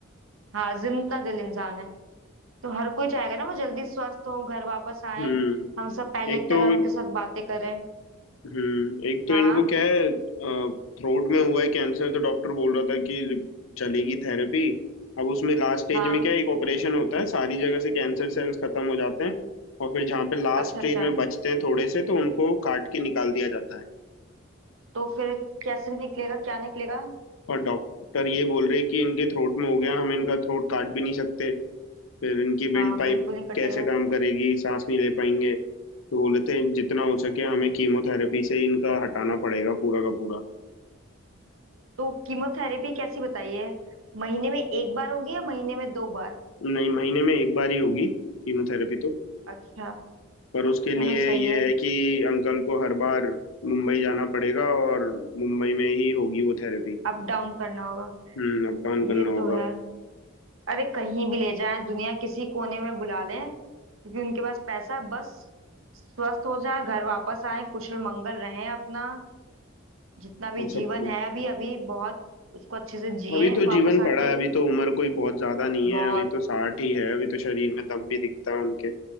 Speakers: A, on the right (about 85°); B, on the left (about 85°).
A: हाँ जिंदा दिल इंसान है तो हर कोई चाहेगा ना वो जल्दी स्वस्थ हो घर वापस आए
B: हम्म
A: हम सब पहले
B: एक
A: एक
B: तो
A: तरह उनके साथ बातें करें
B: हम्म एक तो
A: हाँ
B: इनको
A: हाँ
B: क्या है थ्रोट में हुआ है कैंसर तो डॉक्टर बोल रहा था कि चलेगी थेरेपी अब उसमें लास्ट स्टेज
A: हाँ
B: में क्या है, एक ऑपरेशन होता है सारी जगह से कैंसर सेल्स खत्म हो जाते हैं और फिर जहाँ पे लास्ट
A: अच्छा
B: स्टेज
A: अच्छा
B: में बचते हैं थोड़े से तो उनको काट के निकाल दिया जाता है
A: तो फिर कैसे निकलेगा क्या निकलेगा
B: और डॉक्टर ये बोल रहे कि इनके थ्रोट में हो गया हम इनका थ्रोट काट भी नहीं सकते फिर इनकी वेंट
A: हाँ
B: पाइप
A: बिल्कुल नहीं कटेगा
B: कैसे काम करेगी सांस नहीं ले पाएंगे तो बोले थे जितना हो सके हमें कीमोथेरेपी से इनका हटाना पड़ेगा पूरा का पूरा
A: तो कीमोथेरेपी कैसी बताई है महीने में एक बार होगी या महीने में दो बार
B: नहीं महीने में एक बार ही होगी कीमोथेरेपी तो
A: अच्छा
B: पर उसके
A: चलो
B: लिए
A: सही
B: ये
A: है
B: है कि अंकल को हर बार मुंबई जाना पड़ेगा और मुंबई में ही होगी वो थेरेपी
A: अप डाउन करना होगा
B: हम्म अप डाउन
A: ये
B: करना
A: तो
B: होगा
A: है अरे कहीं भी ले जाएं दुनिया किसी कोने में बुला लें क्योंकि उनके पास पैसा है, बस स्वस्थ हो जाए घर वापस आए कुशल मंगल रहें अपना जितना भी
B: अब
A: जीवन
B: सबको
A: है अभी अभी बहुत उसको अच्छे से जिएं
B: अभी तो
A: वापस
B: जीवन पड़ा
A: आके
B: है अभी तो उम्र कोई बहुत ज्यादा नहीं
A: बहुत
B: है अभी तो साठ ही है अभी तो शरीर में दम भी दिखता है उनके